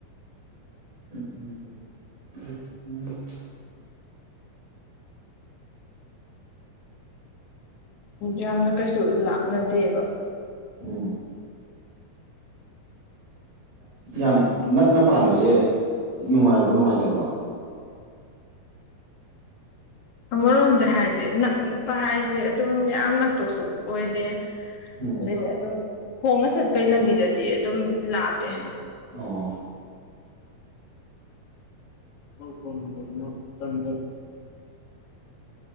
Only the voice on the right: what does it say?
ꯎꯝ ꯎꯝ ꯎꯝ <inaudible>
ꯎꯝ ꯌꯥꯝ ꯅꯛꯅ ꯄꯥꯟꯕꯁꯦ ꯅꯨꯡꯉꯥꯏꯕ꯭ꯔꯣ ꯅꯨꯡꯉꯥꯏꯇꯕ꯭ꯔꯣ
ꯎꯝ
ꯑꯣ